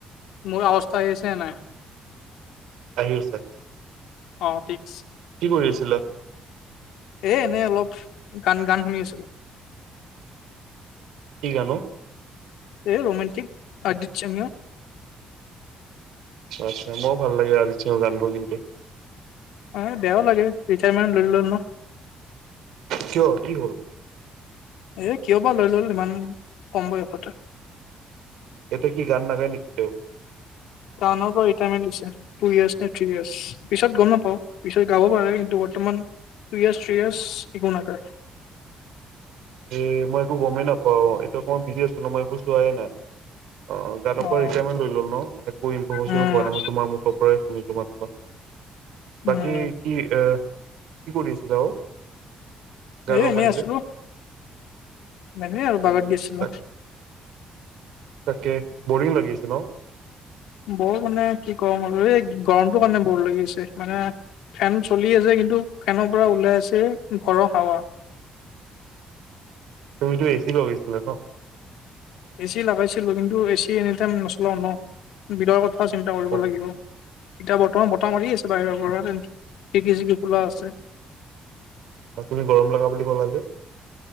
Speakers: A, on the left; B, on the right.
A: মোৰ অৱাজ আহি আছে নে নাই?
B: আহি আছে।
A: অ ঠিকছে
B: কি কৰি আছিলা?
A: এ এনেই অলপ গান গান শুনি আছিলো।
B: কি গান ও।
A: এই ৰোমানণ্টিক আদিক চঙীয়া।
B: আচ্ছা মইও ভাল লাগে আৰ্জিত সিংৰ গানবোৰ কিন্তু।
A: এ বেয়াও লাগে, ৰিটায়াৰমেণ্ট লৈ লল ন।
B: কিয় কি হ'ল?
A: এ কিয় বা লৈ লল ইমান কম বয়সতে।
B: এটো কি গান নাগায় নেকি তেও?
A: নৰ পৰাৰি টু ইয় নে <inaudible> থয়্চ পিছত গম নাপাও পিত গাব পাৰে কিন্তু <unintelligible> বৰ্তমান টু ইয়াৰ্ছ থ্ৰী ইয়াৰ্ছ ইকো আকাৰ।
B: এ মই একো গমেই নাপাওঁ এইটো অকমান বিজি আছিলো মই একো চোৱাই নাই। অ জান
A: অ'
B: পৰা ৰিটায়াৰমেণ লৈ লল ন, একো ইনফৰমেশ্যনো
A: উম
B: পোৱা নাই মই তোমাৰ মুখ পৰাই শুনিলো মা
A: উম
B: বাকী কি এ কি কৰি আছিলা অ? গানৰ
A: এ এনেই
B: বাহিৰে?
A: আছিলো। এনেই আৰু
B: উম
A: বাগান গেছিলো।
B: তাক তাকে বৰিং লাগিছে ন!
A: বৰ মানে কি কম আৰু এই গৰমটো কাৰণে বৰ লাগিছে মানে ফেন চলি আছে কিন্তু ফেনৰ পৰা ওলাই আছে ঘৰ হাৱা।
B: তুমিতো এচি লগাইছিলা ন?
A: এ চি লগাইছিলো কিন্তু এ চি এনি টাইম নচলাও ন, বিলৰ কথাও চিন্তা কৰিব
B: অ
A: লাগিব। এতিয়া বৰ্তমান বতাহ মাৰি আছে বাহিৰৰ পৰা খিৰকি চিৰকি খোলা আছে।
B: তুমি গৰম লগা বুলি ক'লা যে।